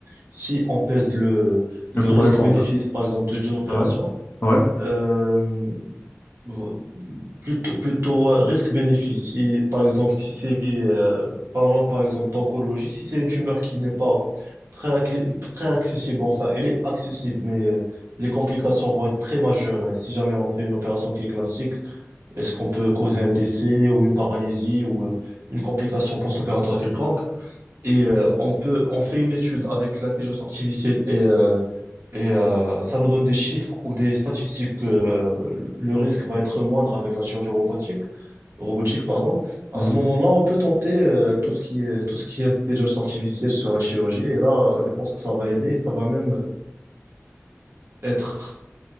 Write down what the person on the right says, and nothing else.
si on pèse le, le
risque-bénéfice,
par exemple, de- d'une opération,
euh, vo- plutôt, plutôt euh, risque-bénéfice, si, par exemple, si c'est, euh, parlons par exemple d'oncologie, si c'est une tumeur qui n'est pas très, accli- très accessible, enfin, elle est accessible, mais les complications vont être très majeures. euh, Si jamais on fait une opération qui est classique, est-ce qu'on peut causer un décès ou une paralysie ou euh, une complication post-opératoire quelconque? Et euh, on peut, on fait une étude avec l'intelligence artificielle et, euh, et euh, ça nous donne des chiffres ou des statistiques que le le risque va être moindre avec la chirurgie robotique, robotique, pardon. À
ce moment-là, on peut tenter euh, tout ce qui est, tout ce qui est intelligence artificielle sur la chirurgie. Et là, je pense que ça va aider et ça va même être